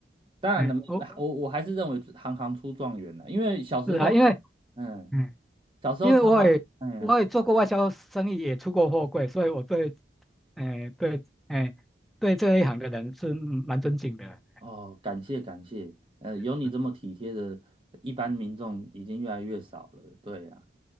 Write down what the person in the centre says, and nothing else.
哎，我
是啊，因为，
嗯，
因为我也我也做过外销生意，
也出过货柜，所以我对哎，对，哎，对这一行的人是蛮尊敬的，
嗯